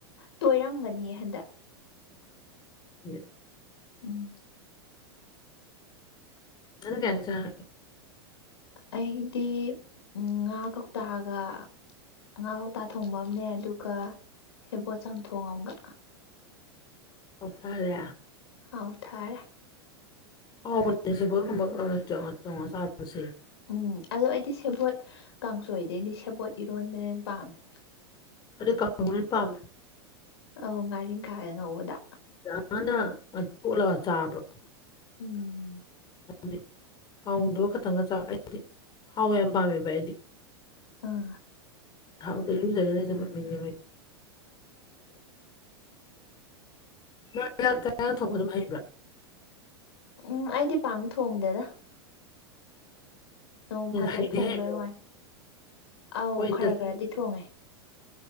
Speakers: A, on the left; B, on the left.
A: ꯇꯣꯏꯔꯝꯒꯅꯤ ꯍꯟꯗꯛ
B: <unintelligible>
A: ꯎꯝ
B: <unintelligible>
A: ꯑꯩꯗꯤ ꯉꯥ ꯀꯧꯇꯥꯒ ꯉ ꯍꯥꯎꯇꯥ ꯊꯣꯡꯕ ꯑꯃꯅꯦ ꯑꯗꯨꯒ ꯁꯦꯕꯣꯠ ꯆꯝꯊꯣꯡꯑꯝꯒ
B: ꯍꯥꯎꯊꯔꯦ
A: ꯑꯥꯎ ꯊꯥꯔ
B: <unintelligible>
A: ꯎꯝ ꯑꯗꯣ ꯑꯩꯗꯤ ꯁꯦꯕꯣꯠ ꯀꯥꯡꯁꯣꯏꯗꯩꯗꯤ ꯁꯦꯕꯣꯠ ꯏꯔꯣꯟꯕꯥꯅ ꯍꯦꯟꯅ ꯄꯥꯝꯃꯦ
B: ꯑꯩ ꯀꯅ ꯄꯥꯝꯃꯦ
A: ꯑ ꯉꯥꯔꯤꯡꯈꯥ ꯉꯧꯕꯗ
B: ꯌꯥꯝꯅ ꯇꯣꯂꯛꯒ ꯆꯥꯕ꯭ꯔꯠ
A: ꯎꯝ
B: ꯗꯤ ꯀꯥꯡꯗꯨꯣꯒ ꯈꯇꯪꯒ ꯆꯥꯛ ꯑꯩꯗꯤ ꯊꯥꯎ ꯌꯥꯝ ꯄꯥꯝꯃꯦꯕ ꯑꯩꯗꯤ
A: ꯑꯥ
B: ꯊꯥꯎꯗꯩꯔꯨꯖꯔꯖꯕꯠ ꯃꯤꯉꯦ ꯃꯥꯔꯛ ꯃꯥꯔꯛ ꯆꯥꯛ ꯏꯟꯖꯥꯡ ꯊꯣꯡꯕ ꯑꯗꯨꯝ ꯍꯩꯕ꯭ꯔꯥ
A: ꯎꯝ ꯑꯩꯗꯤ ꯄꯥꯡ ꯊꯣꯡꯗꯦꯗ꯫ ꯅꯣꯡ ꯐꯥꯗꯣꯛ
B: ꯍꯩꯗꯤ
A: ꯊꯣꯡꯕꯩ
B: ꯍꯩꯕ꯭ꯔꯥ
A: ꯋꯥꯅꯦ ꯑꯧ
B: ꯍꯣꯏ
A: ꯈ꯭ꯔ ꯈ꯭ꯔꯗꯤ ꯊꯣꯡꯉꯦ